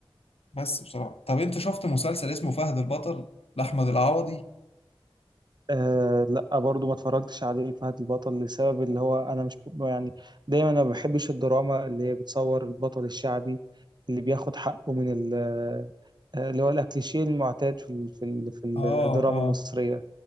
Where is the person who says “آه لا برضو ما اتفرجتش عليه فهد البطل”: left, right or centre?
Right